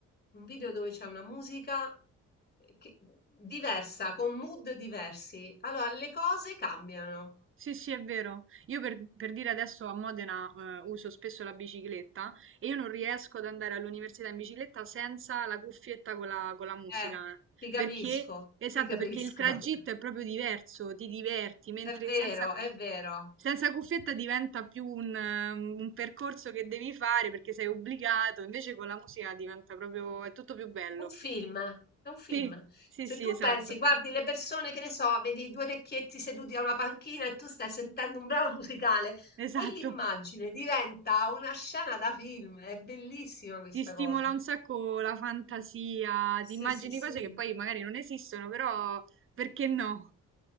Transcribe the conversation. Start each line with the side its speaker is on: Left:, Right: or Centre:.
Left: Un video dove c'è una musica. Ehm, Che diversa, con mood diversi. Allora, le cose cambiano.
Right: Sì, sì, è vero. Io per, per dire adesso a Modena eh, uso spesso la bicicletta e io non riesco ad andare all'università in bicicletta senza la cuffietta con la, con la musica.
Left: Eh,
Right: eh.
Left: ti capisco,
Right: Perché, esatto,
Left: ti capisco.
Right: perché il tragitto
Left: <laughs>
Right: è proprio diverso, ti diverti, mentre
Left: È vero,
Right: senza, cu-
Left: è vero.
Right: senza cuffietta diventa più un, eh, un percorso che devi fare perché sei obbligato, invece con la musica diventa proprio, è tutto più bello.
Left: Un film, è un film.
Right: Sì, sì,
Left: Se
Right: sì,
Left: tu
Right: esatto,
Left: pensi, guardi le persone, che ne so, vedi due vecchietti seduti a una panchina e tu stai sentendo un brano <laughs> musicale,
Right: esatto.
Left: quell'immagine diventa una scena da film. È bellissima questa
Right: Ti stimola
Left: cosa.
Right: un sacco la fantasia,
Left: Sì,
Right: ti immagini
Left: sì, sì.
Right: cose che poi magari non esistono, però perché no?